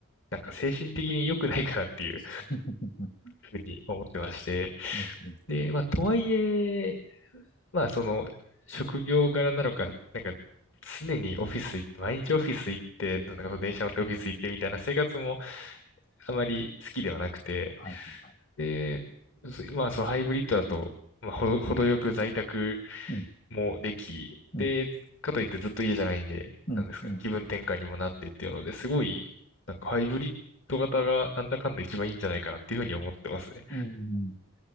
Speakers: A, on the left (about 55°); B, on the left (about 40°).
A: なんか精神的に良くないかなっていう
B: <laughs>
A: ふうに思ってまして、
B: うん、
A: で、
B: うん。
A: まあ、とはいえ、まあ、その、職業柄なのか、なんか、常にオフィス行って、毎日オフィス行って、なんかその電車乗ってオフィス行ってみたいな生活もあまり好きではなくて、
B: はい、はい。
A: で、そまあ、そのハイブリッドだと、まあ、ほど、程よく在宅
B: うん、
A: もでき、
B: うん、
A: で、かといってずっと家じゃないんで、
B: うん、
A: なんですかね、
B: うん。
A: 気分転換にもなってっていうので、すごい、なんかハイブリッド型がなんだかんだ一番いいんじゃないかなっていうふうに思ってますね。
B: うんうん